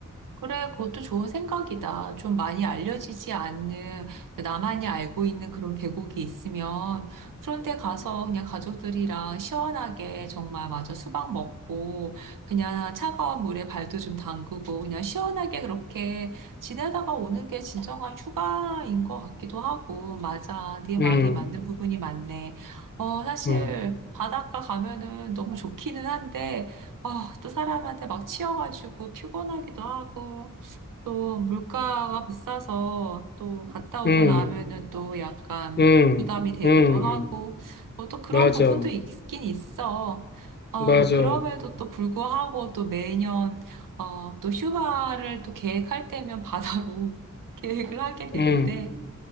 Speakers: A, on the right (about 80°); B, on the left (about 35°).
A: 그래, 그것도 좋은 생각이다. 좀 많이 알려지지 않는, 그러니까 나만이 알고 있는 그런 계곡이 있으면, 그런데 가서 그냥 가족들이랑 시원하게 정말 마저 수박 먹고, 그냥 차가운 물에 발도 좀 담그고, 그냥 시원하게 그렇게 지내다가 오는 게 진정한 휴가인 것 같기도 하고, 맞아. 네 말이
B: 음,
A: 맞는 부분이 많네. 어, 사실
B: 음,
A: 바닷가 가면은 너무 좋기는 한데, 아, 또 사람한테 막 치여가지고 피곤하기도 하고, 또 물가가 비싸서 또 갔다 오고
B: 음,
A: 나면은 또 약간
B: 음,
A: 부담이 되기도
B: 음,
A: 하고,
B: 음.
A: 뭐 또 그런
B: 맞아,
A: 부분도 있긴 있어. 어,
B: 맞아,
A: 그럼에도 또 불구하고 또 매년, 어, 또 휴가를 또 계획할 때면 바다로 <laughs> 계획을 하게 되는데,
B: 음,